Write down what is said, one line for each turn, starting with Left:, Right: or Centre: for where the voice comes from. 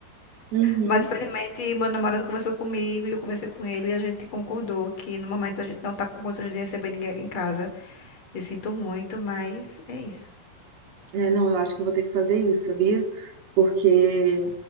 Right: Uhum.
Left: Mas infelizmente meu namorado conversou comigo e eu conversei com ele e a gente concordou que no momento a gente não tá com condições de receber ninguém aqui em casa. Eu sinto muito, mas é isso.
Right: É, não, eu acho que eu vou ter que fazer isso, sabia? Porque